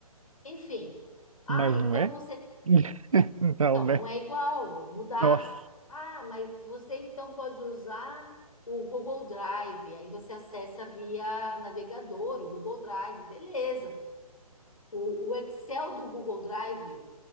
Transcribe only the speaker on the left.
Enfim. Ah,
então
você.
Então,
não é igual, mudava.
Ah, mas você então pode usar o Google Drive. Aí você acessa via navegador, o Google Drive, beleza. O, o Excel do Google Drive,